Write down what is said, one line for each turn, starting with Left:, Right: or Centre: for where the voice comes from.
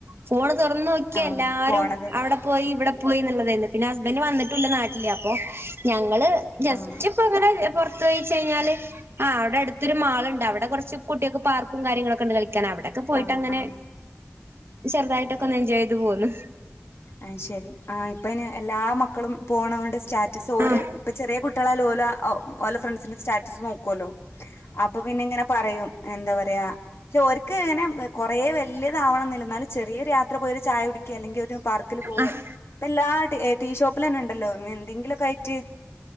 Right: ഫോണ് തുറന്ന് നോക്കിയാ
Left: ആഹ്
Right: എല്ലാരും
Left: പോണത്
Right: അവിടെ പോയി ഇവിടെ പോയി എന്നുള്ളതല്ലെ പിന്നെ ഹസ്ബൻഡ് വന്നിട്ടുല്ല നാട്ടില് അപ്പോ ഞങ്ങള് ജസ്റ്റ്-
Left: ആഹ്
Right: ഇപ്പ അങ്ങനെ പോർത്തു പോയിച്ചഴിഞ്ഞാല് ആഹ് അവിടെ അടുത്തൊരു മാളിണ്ട് അവിടെ കൊറച്ച് കുട്ടിക്ക് പാർക്കും കാര്യങ്ങളൊക്കെ ഇണ്ട് കളിക്കാനവിടെ ഒക്കെ പോയിട്ടങ്ങനെ
Left: ആഹ് ആഹ്
Right: ചെറുതായിട്ടൊക്കെ ഒന്ന് എൻജോയ് ചെയ്ത് പോന്നു
Left: ആഹ് ശെരി ആ ഇപ്പ ഇന് എല്ലാ മക്കളും പോണകൊണ്ട് സ്റ്റാറ്റസ് ഓര്
Right: ആഹ്
Left: ഇപ്പ ചെറിയ കു- ട്ടികളല് ഓലെ ഓല ഫ്രണ്ട്സിന്റെ സ്റ്റാറ്റസ് നോക്കുല്ലോ അപ്പ പിന്നെ ഇങ്ങനെ പറയും എന്താ പറയാ ഓർ - ക്ക് ഇങ്ങനെ കുറേ വല്യതാവണന്നില്ല എന്നാലും ചെറിയൊരു യാത്ര പോയി ഒരു ചായ കുടിക്കി അല്ലെങ്കിൽ ഒരു പാർ- ക്കില് പോവേ
Right: ആഹ്
Left: ഇപ്പ എല്ലാ ടീ ടീ ഷോപ്പിലന്നെ ഇണ്ടല്ലോ എന്തെങ്കിലുക്കെ ആയിറ്റ്